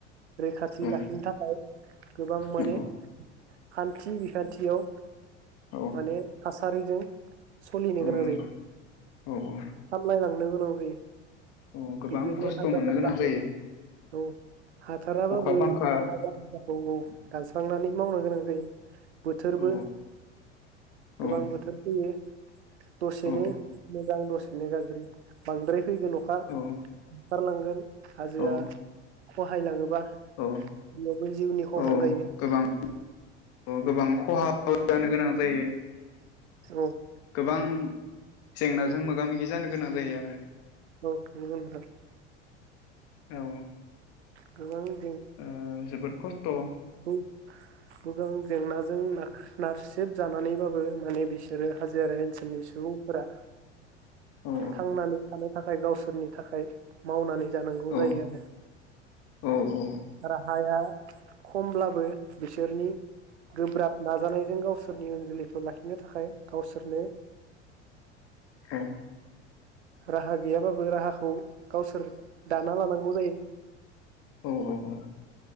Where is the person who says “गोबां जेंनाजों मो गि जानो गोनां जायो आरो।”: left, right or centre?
Left